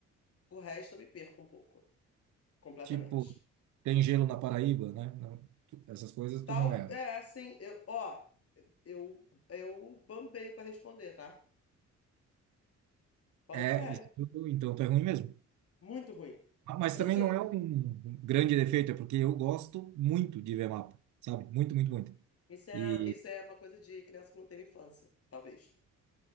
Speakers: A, on the left; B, on the right.
A: O resto eu me perco um pouco, completamente.
B: Tipo, tem gelo na Paraíba, né? Não, tu- essas coisas
A: Tal,
B: tu não é.
A: é assim, eu, ó, eu, eu bambeio para responder, tá? Falando
B: É,
A: sério,
B: isso, tu- então tu é ruim mesmo.
A: muito ruim.
B: Ah,
A: <laughs>
B: Mas
A: Eu
B: também
A: sou,
B: não é um grande defeito, é porque eu gosto muito de ver mapa, sabe? Muito, muito, muito.
A: isso é,
B: E
A: isso é uma coisa de criança que não teve infância, talvez.